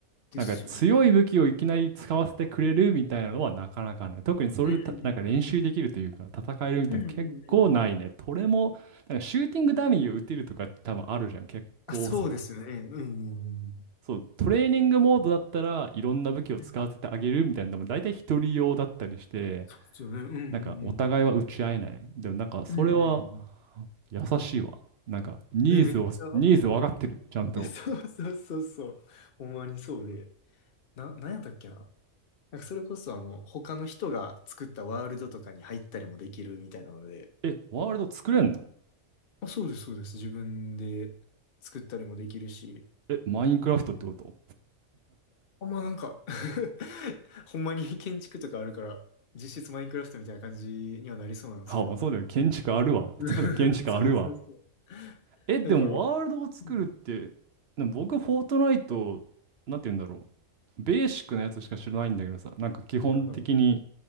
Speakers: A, on the left (about 50°); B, on the right (about 55°).
A: ですよね。
B: なんか強い武器をいきなり使わせてくれるみたいなのはなかなかない。特にそれでたなんか練習できるというか、
A: うんうんうん。
B: 戦えるみたいな結構ないね。
A: うんうんうん。
B: これも、なんかシューティングダミーを打てるとか多分あるじゃん。結構そこ。
A: あ、そうですよね。うんうんうん。
B: そう、トレーニングモードだったらいろんな武器を使わせてあげるみたいなでも大体一人用だったりして、
A: うんそうですよね。うんうんうん。
B: なんかお互いは打ち合えない。でもなんかそれは
A: うんうんうん。
B: 優しいわ。なんかニーズを、
A: ね、めっちゃ、
B: ニーズ分かってる。ちゃんと。
A: えそうそうそうそう。ほんまにそうで。な、なんやったっけな。なんかそれこそあの、他の人が作ったワールドとかに入ったりもできるみたいなので。
B: え、ワールド作れんの
A: あ、そうです、そうです。自分で作ったりもできるし。
B: え、マインクラフトってこと
A: あ、まあなんか <laughs> ほんまに建築とかあるから、実質マインクラフトみたいな感じにはなりそうなんですけど。
B: あ、まあそうだよ。建築あるわ。
A: <laughs>
B: <laughs> そうだ、建築あるわ。
A: そうそうそう。
B: え、でもワールドを作るって、
A: だから、うん。
B: でも僕、フォートナイト、なんて言うんだろう。ベーシックなやつしか知らないんだけどさ、なんか基本的に、
A: はいはい。